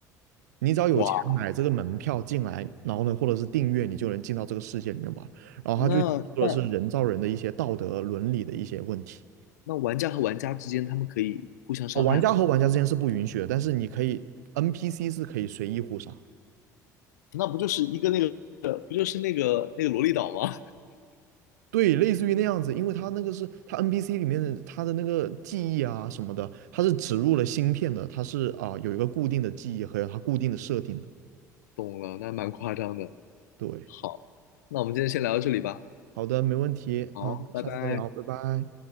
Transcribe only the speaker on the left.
哇，
那那那玩家和玩家之间他们可以互相伤害吗？
那不就是一个那个不就是那个那个萝莉岛吗？
<laughs> 懂了，那蛮夸张的。
好，那我们今天先聊到这里吧。
好，拜拜。